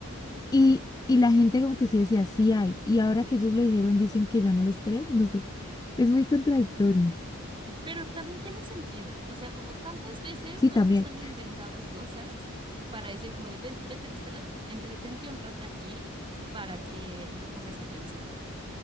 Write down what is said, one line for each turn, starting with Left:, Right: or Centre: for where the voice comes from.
Left: Y, y la gente como que sí decía, sí hay. Y ahora que ellos lo dijeron, dicen que ya no les creen, no sé. Es muy contradictorio.
Right: Pero también tiene sentido. O sea, como cuántas veces
Left: Sí,
Right: no
Left: también.
Right: nos han inventado cosas para decir como de "Ven, vete de este lado, entretente un rato aquí para que no pongas atención.